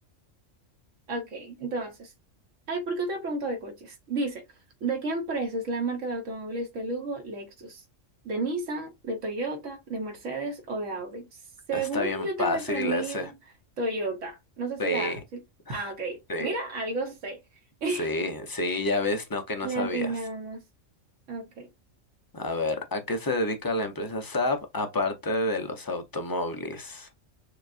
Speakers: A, on the right; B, on the left.
A: Ok, entonces. Ay, ¿por qué otra pregunta de coches? Dice, ¿de qué empresa es la marca de automóviles de lujo Lexus? ¿De Nissan, de Toyota, de Mercedes o de Audi? Según
B: está bien
A: yo tengo
B: fácil
A: entendido,
B: ese.
A: Toyota. No sé si
B: Sí,
A: la... si- Ah, ok.
B: sí,
A: Mira, algo sé. <laughs>
B: sí, sí, ya ves, no que no
A: Latinamos.
B: sabías.
A: Ok.
B: A ver, ¿a qué se dedica la empresa Saab aparte de los automóviles?